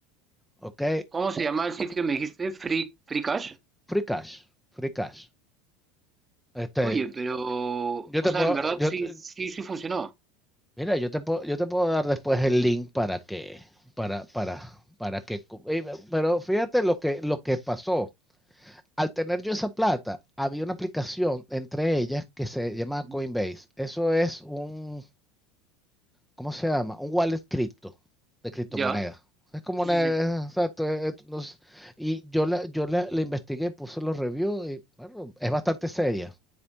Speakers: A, in the centre; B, on the right.
A: ¿ok?
B: ¿Cómo se llama el sitio que me dijiste? Free, Free Cash.
A: Free cash, free cash. Este,
B: Oye, pero,
A: yo te
B: o sea,
A: puedo,
B: en verdad
A: yo
B: sí,
A: te-
B: sí, sí funcionó.
A: mira, yo te puedo, yo te puedo dar después el link para que, para, para, para que, co- eh, pero fíjate lo que, lo que pasó. Al tener yo esa plata, había una aplicación entre ellas que se llama
B: Ujú.
A: Coinbase. Eso es un ¿cómo se llama? Un wallet cripto, de criptomonedas.
B: Ya.
A: Es como
B: Sí,
A: una,
B: sí, sí.
A: exacto, es- es- no sé. y yo la, yo la, la investigué, puse los reviews y bueno, es bastante seria.